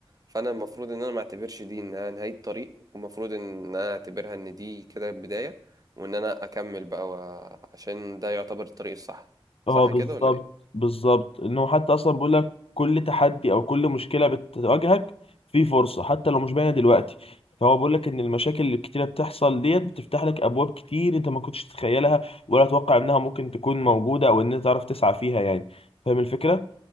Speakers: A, on the right; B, on the left.
A: فانا المفروض ان انا ما اعتبرش دي انها نهاية طريق ومفروض ان انا اعتبرها ان دي كده بداية وان انا اكمل بقى و- عشان ده يعتبر الطريق الصح
B: اه
A: صح
B: بالظبط
A: كده ولا إيه؟
B: بالظبط انه حتى اصلا بيقول لك كل تحدي او كل مشكله بتواجهك في فرصه حتى لو مش باينه دلوقتي فهو بيقول لك ان المشاكل اللي كتيره بتحصل ديت بتفتح لك ابواب كتير انت ما كنتش تتخيلها ولا تتوقع انها ممكن تكون موجوده او ان انت تعرف تسعى فيها يعني فاهم الفكره